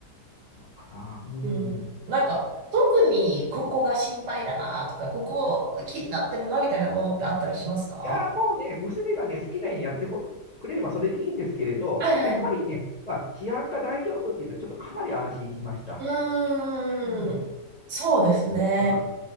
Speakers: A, on the left; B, on the right.
A: あ、かな。うん。
B: うん。なんか特にここが心配だなとか、ここ気になってるなみたいなものってあったりしますか
A: いやー、もうね、娘がね、好きなようにやってほくれればそれでいいんですけれど、
B: はいはいはい
A: やっぱりね、まあ、治安が大丈夫っていうのは、ちょっとかなり安心しました。
B: うーん。
A: うん。
B: そうですね。
A: うん。